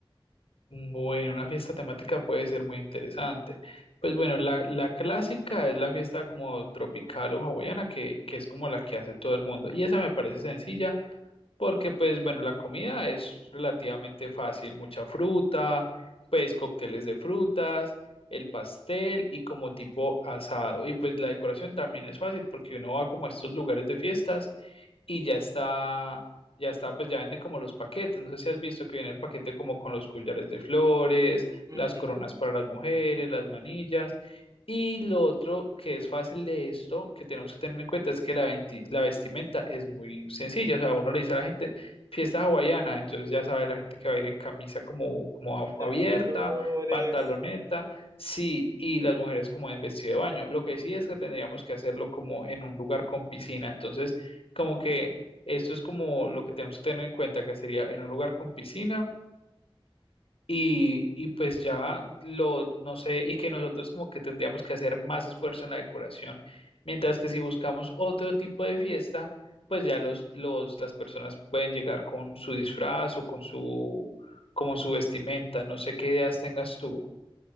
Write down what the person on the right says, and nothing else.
Ujú,
de
Flores.